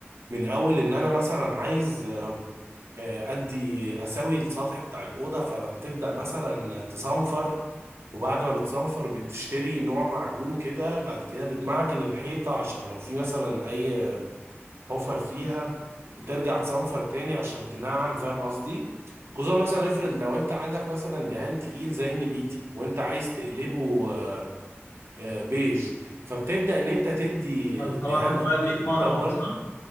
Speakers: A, on the right (about 65°); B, on the left (about 75°).
A: من اول ان انا مثلا عايز آه، آه، ادي اسوي السطح بتاع الاوضه فبتبدا مثلا تصنفر وبعد ما بتصنفر بتشتري نوع معجون كده بعد كده بتمعجن الحيطة عشان لو في مثلا أي حفر فيها وترجع تصنفر تاني عشان تنعم فاهم قصدي؟ خصوصا مثلا افرض لو انت عندك مثلا دهان تقيل زي النبيتي وانت عايز تقلبه آه، آه، بيج فبتبدأ ان انت تدي
B: فأنت
A: دهان
B: طبعا بتبيض
A: ابيض
B: 100 مرة
A: الاول
B: بقى صح؟